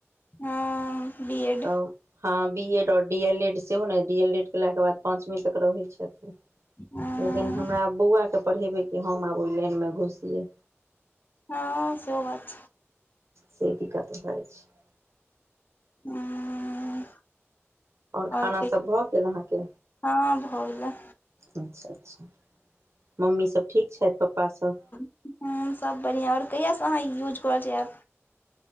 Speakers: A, on the left; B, on the right.
A: हँ बी एड
B: तऽ हँ बी एड और डी एल एड सेहो ने डी एल एड केला के बाद पाँचवीं तक रहैत छथिन
A: हँ
B: लेकिन हमरा बौआ के पढ़ेबे क हम आब ओहि लाइन मे घुसिये
A: हँ सेहो बात छै
B: से दिक्कत भऽ छै
A: हुं
B: खाना
A: आओर
B: सब भऽ गेल अहाँके
A: हँ भऽ गेलै
B: अच्छा अच्छा मम्मी सब ठीक छथि पप्पा सब
A: हँ सभ बढ़िआँ आओर कहियासँ अहाँ यूज कऽ रहल छियै ऐप